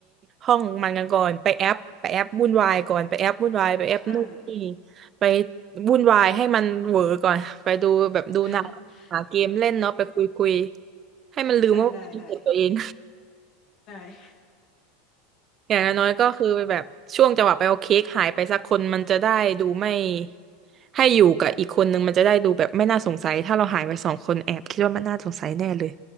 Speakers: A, on the right; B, on the left.
A: ห้องมันกันก่อนไปแอปไปแอปวุ่นวายก่อนไปแอปวุ่นวายไปแอปนู่นนี่
B: ใช่
A: ไปวุ่นวายให้มันเหวอก่อนไปดูแบบดูหนังหาเกมเล่นเนาะไปคุยคุย
B: <laughs>
A: ให้มันลืมว่าเป็นตัวเอง
B: ได้ได้ได้ได้ <laughs>
A: อย่างน้อยก็คือแบบช่วงจังหวะไปเอาเค้กหายไปสักคนมันจะได้ดูไม่ให้อยู่กับอีกคนนึงมันจะได้ดูแบบไม่น่าสงสัยถ้าเราหายไปสองคนแอบคิดว่ามันน่าสงสัยแน่เลย